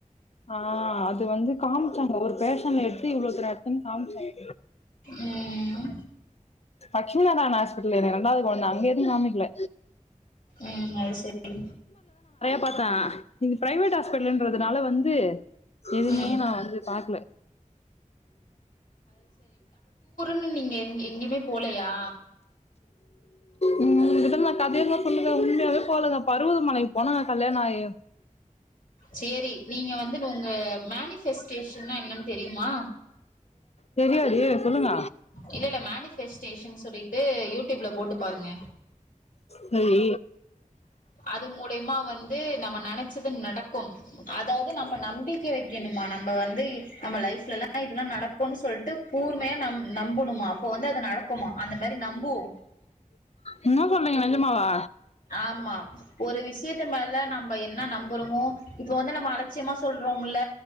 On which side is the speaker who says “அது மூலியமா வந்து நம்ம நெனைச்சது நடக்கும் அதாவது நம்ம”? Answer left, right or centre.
Left